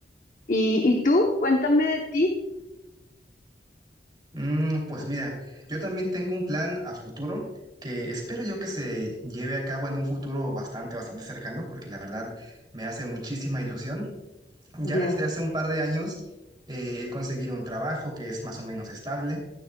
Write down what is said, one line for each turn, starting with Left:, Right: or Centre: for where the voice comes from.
Left: ¿Y, y tú? Cuéntame de ti.
Right: Mm, pues mira, yo también tengo un plan a futuro que espero yo que se lleve a cabo en un futuro bastante, bastante cercano, porque la verdad me hace muchísima ilusión. Ya
Left: Ya.
Right: desde hace un par de años eh, he conseguido un trabajo que es más o menos estable